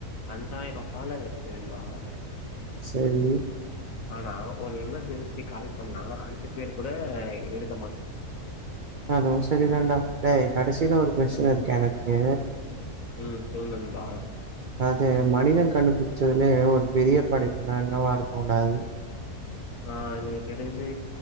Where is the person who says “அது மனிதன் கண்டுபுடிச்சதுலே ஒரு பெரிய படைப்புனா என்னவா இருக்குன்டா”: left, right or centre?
Right